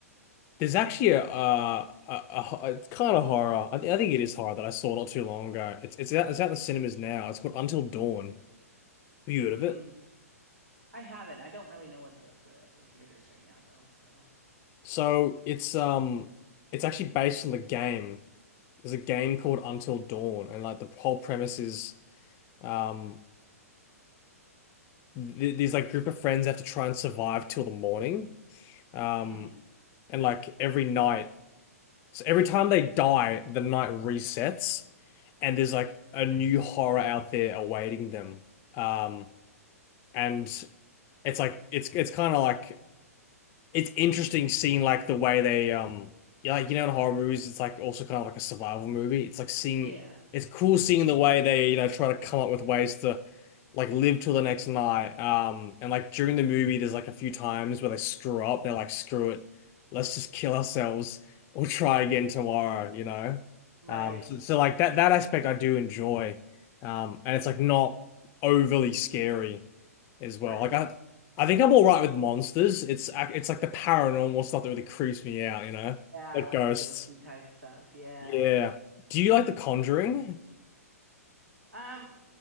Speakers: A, on the left (about 30°); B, on the right (about 80°).
A: there's actually a uh a, a, a- it's kind of horror. I, th I think it is horror that I saw not too long ago. It's it's out, it's out in the cinemas now. It's called Until Dawn. Have you heard
B: Mm.
A: of it?
B: I haven't. I don't really know what the, the, the theater is right now though, so
A: So it's um it's actually based on the game. There's a game called Until Dawn, and like the whole premise is um th these like group of friends have to try and survive till the morning. Um.
B: mm.
A: And like every night, So every time they die, the night resets, and there's like a new horror out there awaiting them. Um, and it's like it's it's kind of like it's interesting seeing like the way they um yeah like, you know in horror movies it's like also kind of like a survival movie it's like seeing
B: Yeah.
A: it's cool seeing the way they you know try to come up with ways to like live till the next night um and like during the movie there's like a few times where they screw up they're like screw it let's just kill ourselves we'll try again tomorrow you know
B: Right.
A: um so, so like that that aspect I do enjoy um and it's like not overly scary as well
B: Right.
A: like I I think I'm all right with monsters. It's ac- it's like the paranormal stuff that really creeps me out, you know,
B: Yeah,
A: like
B: like
A: ghosts.
B: the ghosty type stuff. Yeah.
A: Yeah. Do you like The Conjuring?
B: Um,